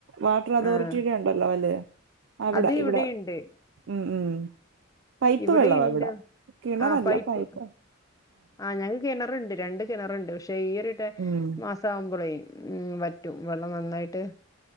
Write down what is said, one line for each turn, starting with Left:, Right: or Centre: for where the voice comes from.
Right: വാട്ടർ അതോറിറ്റിയുടെ
Left: ആഹ്
Right: ഉണ്ടല്ലോ അല്ലെ അവിടെ
Left: അത് ഇവിടെയുണ്ട്
Right: ഇവിടെ ഉം ഉം പൈപ്പ്
Left: ഇവിടെയുണ്ട്
Right: വെള്ളമാണ് ഇവിടെ കിണറല്ല
Left: ആഹ് പൈപ്പ്
Right: പൈപ്പ
Left: ആഹ് ഞങ്ങൾ കിണറുണ്ട് രണ്ട് കിണറുണ്ട് പക്ഷെ ഈ ഒരുട്ട
Right: ഉം
Left: മാസം ആകുമ്പോളേ ഉം വറ്റും വെള്ളം നന്നായിട്ട്